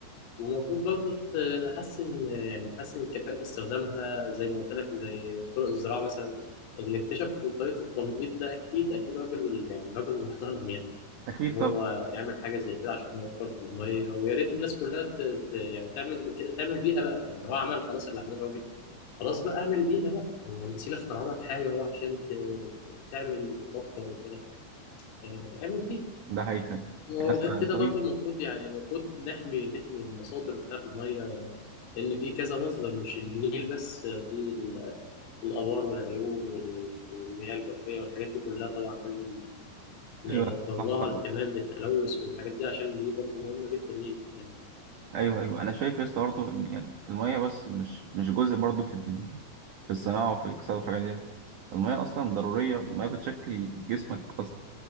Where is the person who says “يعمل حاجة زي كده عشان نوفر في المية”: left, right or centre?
Left